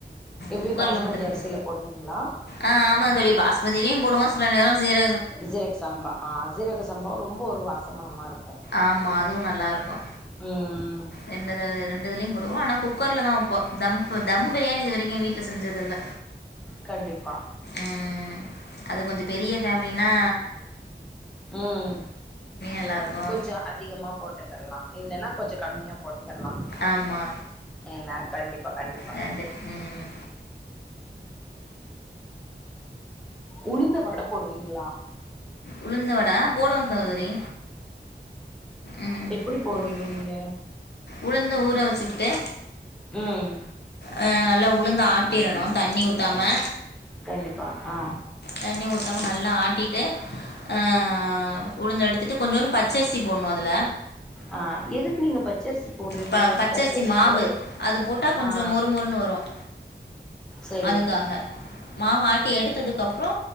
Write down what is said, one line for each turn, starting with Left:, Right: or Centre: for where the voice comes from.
Centre: எப்டி
Left: குக்கரில்
Centre: பாஸ்மதி
Left: மட்டும்தான்
Centre: அரிசியில போடுவீங்ளா
Left: ஆ ஆமா தோழி பாஸ்மதிலியு போடுவோ சில நேரோ சீர
Centre: ஜீரக் சம்பா ஆ சீரக சம்பாவு ரொம்ப ஒரு வாசமனமா இருக்கு
Left: ஆமா அதுவு நல்லா இருக்கு
Centre: ம்
Left: ரெண்டு த ரெண்டுதுலையு போடுவோ ஆனா குக்கர்ல தா வப்போ தம்பு தம் பிரியாணி இது வரைக்கு வீட்ல செஞ்சது இல்ல
Centre: கண்டிப்பா
Left: ம் அது கொஞ்சோ பெரிய ஃபேமிலினா
Centre: ம்
Left: நல்லாயிருக்கும்
Centre: கொஞ்சோ அதிகமா போட்டுகெர்லா இல்லன்னா கொஞ்ச கம்மியா போட்டுகெர்லா
Left: ஆமா
Centre: ஏனா கண்டிப்பா கண்டிப்பா
Left: ரெண்டு ம்
Centre: உளுந்த வட போடுவீங்ளா
Left: உளுந்த வட ஆ போடுவோ சகோதரி ம்
Centre: எப்புடி போடுவீங்க
Left: போடுவோம்
Centre: நீங்க
Left: உளுந்து ஊற வச்சுக்கிட்டு
Centre: ம்
Left: அ நல்லா உளுந்த ஆட்டிரணு தண்ணி ஊத்தாம
Centre: கண்டிப்பா ஆ
Left: தண்ணி ஊத்தாம நல்லா ஆட்டிட்டு ஆ உளுந்த எடுத்துட்டு கொஞ்சோன்னு பச்சரிசி போடணு அதுல
Centre: ஆ எதுக்கு நீங்க பச்சரிசி போட்றீங்க
Left: ப
Centre: பச்சரிசி
Left: மாவு
Centre: போடாம
Left: அது போட்டால் கொஞ்சம்
Centre: ஆ
Left: மொறு மொறுன்னு வரும்
Centre: செரி
Left: அதுக்காக மாவு ஆட்டி எடுத்ததுக்கு அப்றோ